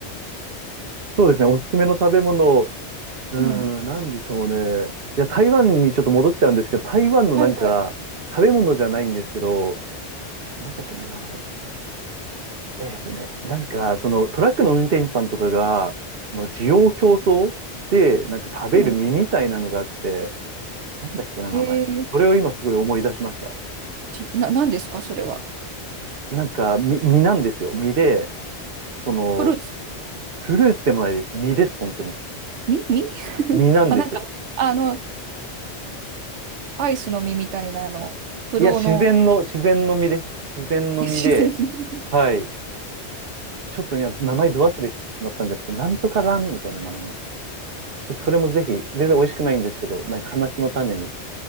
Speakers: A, on the right; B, on the right.
A: そうですね、おすすめの食べ物、うーん、
B: うん。
A: なんでしょうね。いや、台湾にちょっと戻っちゃうんですけど、台湾のなんか、
B: はいはい。
A: 食べ物じゃないんですけど、なんだっけな、名前。えっとね、なんか、そのトラックの運転手さんとかが、その需要競争で、なんか食べる実みたいなのがあって、
B: うん。
A: なんだっけな、名前。
B: えー
A: それを今すごい思い出しました。
B: ち、な、なんですか、それは。
A: なんか、実、実なんですよ。実で、その、
B: フルーツ
A: フルーツでもないです。実です、本当に。
B: み、み <laughs>
A: 実なんですよ。
B: あ、なんか、あの、アイスの実みたいな、あの、ぶどうの
A: いや、自然の、自然の実です。自然の実で、
B: <laughs> 自然。
A: はい。ちょっと今、名前ど忘れしてしまったんですけど、なんとかランみたいな名前ですね。ちょっとそれもぜひ、全然美味しくないんですけど、なんか話の種に。